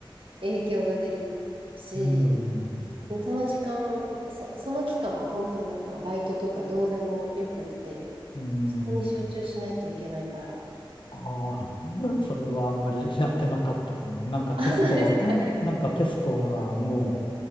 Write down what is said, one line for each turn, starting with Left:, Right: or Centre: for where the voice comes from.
Right: 影響が出るし、
Left: うん、
Right: その時間、そ、その期間は本当なんかバイトとかどうでもよくって、
Left: うん、
Right: そこに集中しないといけないから。
Left: ああ、<laughs> それはあんまりやってなかったかも。なんかテストは、
Right: あ、そうですか。なんか、
Left: なんかテストはも